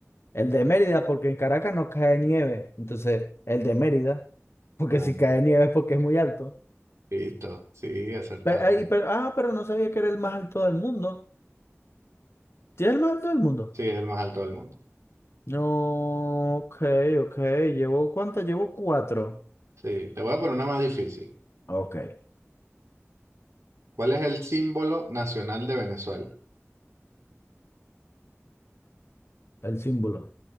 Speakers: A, on the left; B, on the right.
A: el de Mérida, porque en Caracas no cae nieve. Entonces, el de Mérida, porque
B: Ah,
A: si cae nieve es porque es muy alto.
B: Listo, sí, acertaste.
A: Pero, ay, pero- ah, pero no sabía que era el más alto del mundo. ¿Sí es el más alto del mundo?
B: Sí, es el más alto del mundo.
A: No, ok, ok. ¿Llevo cuántas? Llevo cuatro.
B: Sí, te voy a poner una más difícil.
A: Ok,
B: ¿Cuál es el símbolo nacional de Venezuela?
A: el símbolo